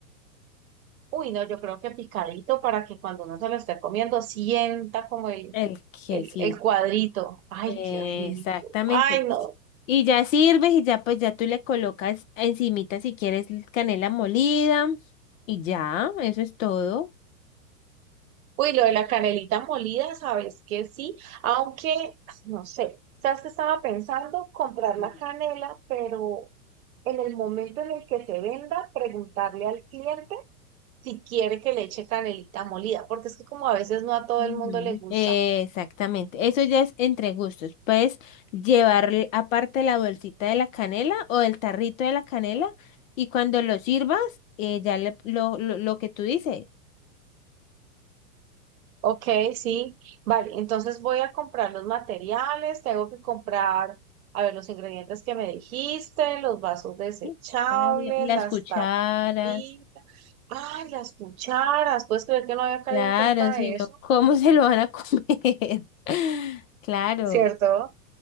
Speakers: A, on the right; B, on the left.
A: Uy, no, yo creo que picadito para que cuando uno se lo esté comiendo sienta como el,
B: El quesito.
A: el, el cuadrito. Ay,
B: Exactamente.
A: qué rico. Ay, no.
B: Y ya sirves y ya pues ya tú le colocas encimita si quieres canela molida y ya, eso es todo.
A: Uy, lo de la canelita molida, sabes que sí, aunque, no sé, sabes que estaba pensando comprar
B: Ujú.
A: la canela, pero en el momento en el que se venda, preguntarle al cliente si quiere que le eche canelita molida, porque es que como a veces no a todo
B: Ujú.
A: el mundo le gusta.
B: Exactamente, eso ya es entre gustos. Puedes llevar aparte la bolsita de la canela o el tarrito de la canela y cuando lo sirvas, eh, ya le- lo, lo, lo que tú dices,
A: Ok, sí, vale, entonces voy a comprar los materiales, tengo que comprar, a ver, los ingredientes que me dijiste, los vasos desechables,
B: ¿sí? Ya le- las
A: las
B: cucharas.
A: tapitas, ay, las cucharas, puedes creer que no había caído
B: Claro,
A: en cuenta
B: sino,
A: de eso,
B: ¿cómo <laughs> se lo van a comer? <laughs> Claro,
A: ¿cierto?